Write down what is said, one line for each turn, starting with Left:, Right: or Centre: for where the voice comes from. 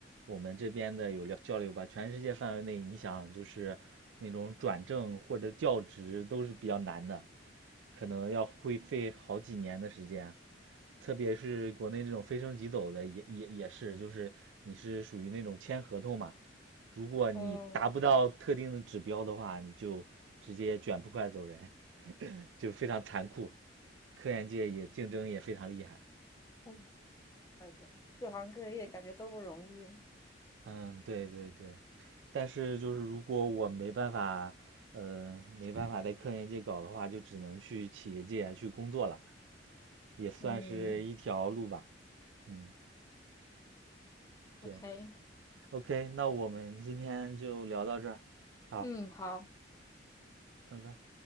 Right: 我们这边的有聊交流吧。全世界范围内，你想就是那种转正或者教职都是比较难的，可能要会费好几年的时间。特别是国内这种非升即走的也，也也是，就是你是属于那种签合同嘛，如果你达不到特定的指标的话，
Left: 嗯，
Right: 你就直接卷铺盖走人，<laughs> 就非常残酷。科研界也竞争也非常厉害。
Left: 嗯感觉各行各业感觉都不容易。
Right: 嗯，对对对。但是就是如果我没办法，呃，没办法在科研界搞的话，就只能去企业界啊去工作了，也算是一条路吧。
Left: 嗯
Right: 嗯，对。
Left: ，OK，
Right: OK，那我们今天就聊到这儿，好，
Left: 嗯，好，
Right: 拜拜。